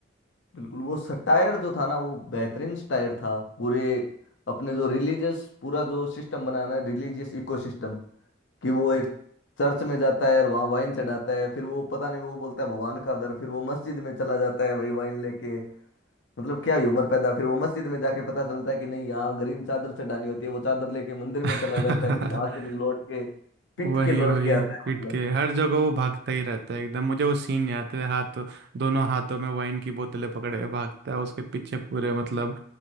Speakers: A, on the left; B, on the right.
A: बिल्कुल वो सटायर जो था ना वो बेहतरीन सटायर था पूरे अपने जो रिलीजियस पूरा जो सिस्टम बनाना है रिलीजियस इकोसिस्टम कि वो एक चर्च में जाता है और वहाँ वाइन चढ़ाता है फिर वो पता नहीं वो बोलता है भगवान का घर फिर वो मस्जिद में चला जाता है वही वाइन लेके मतलब क्या ही उम्र पैदा फिर वो मस्जिद में जाके पता चलता है कि नहीं यहाँ ग्रीन चादर चढ़ानी होती है वो चादर लेके मंदिर में
B: <laughs>
A: चला जाता है फिर वहां से लौट के पिट
B: वही
A: के लौट
B: वही
A: के आता है
B: पीट
A: मतलब
B: के हर जगह वो भागता ही रहता है एकदम मुझे वो सीन याद है हाथ दोनों हाथों में वाइन की बोतलें पकड़ के भागता है उसके पीछे पूरे मतलब